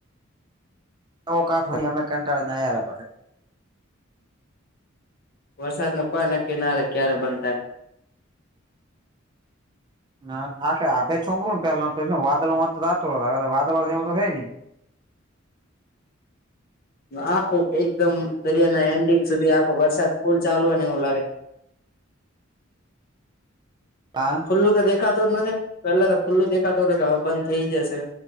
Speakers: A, on the right; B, on the left.
A: તો કાઠો અમે કંટાળી ના પડે.
B: વરસાદ નું કોઈ નક્કી ના ર ક્યારે બનતાય.
A: હા બેે છોકરું ને પેલા તો વાદળમાંતું હવે વાદળ વા એ તો થાય ને. <inaudible>
B: આખું એકદમ દરિયાના એન્ડિંગ સુધી આખો વરસાદ ફુલ ચાલુ હોય ને એવું લાગે.
A: હા.
B: ખુલ્લું તો દેખાતું જ નથી, પેલા તો ખુલ્લું દેખાતું હતું કે, હવે બંધ થઈ જશે.